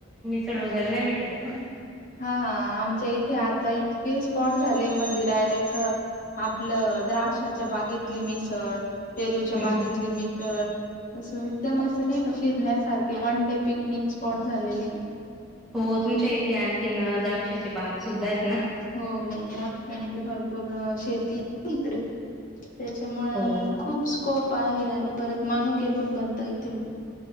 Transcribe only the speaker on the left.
हा हा आमच्या इथे आता इतके स्पॉट झाले म्हणजे डायरेक्ट आपलं द्राक्षाच्या बागेतली मिसळ पेरूच्या
बागेतली
मिसळ अस एकदम असं नाही का फिरण्यासारखे वन डे पिकनिक स्पॉट झालेले
हो हो द्राक्षांचे भरपूर शेती ती इकडे त्याच्यामुळं
खूप स्कोप आहे आणि परत मनुके पण बनता येथे